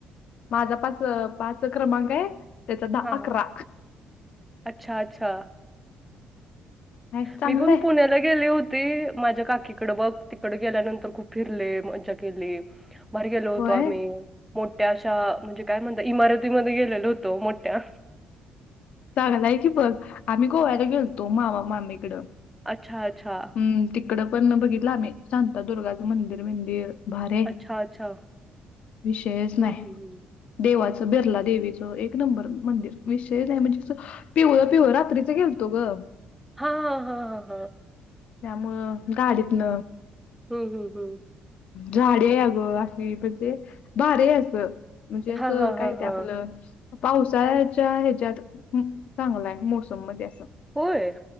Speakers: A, on the left; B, in the centre.
A: माझा पाच पाच क्रमांक आहे त्याचा दहा
B: हां.
A: अकरा
B: अच्छा अच्छा
A: आहे चांगलंय
B: मी पण पुण्याला गेली होती माझ्या काकीकडे बघ तिकड गेल्यानंतर खूप फिरले मज्जा केली बाहेर गेलो होतो
A: होय
B: आम्ही मोठ्याशा म्हणजे काय म्हणत इमारतीमध्ये गेलेलो होतो मोठ्या
A: चांगलाय की बघ, आम्ही गोव्याला गेलतो मामा मामीकडं
B: अच्छा अच्छा
A: हम् तिकड पण बघितलं आम्ही शांतादुर्गाचं मंदिर बिदीर भारी ये
B: अच्छा, अच्छा.
A: विषयच
B: हं,
A: नाही.
B: हं, हं.
A: देवाचं बिर्ला देवीचं एक नंबर मंदिर विषय आहे म्हणजे तं पिवळ पिवळ, रात्रीच गेलतो ग
B: हा हा हा हा हा
A: त्यामुळं गाडीतन
B: हम्म हम्म हम्
A: झाडे अ गं अशी म्हणजे भारी असं म्हणजे असं
B: हां, हां,
A: काय
B: हां,
A: ते
B: हां.
A: आपलं पावसाळच्या ह्याच्यात चांगलाय मोसम मध्ये असं
B: होय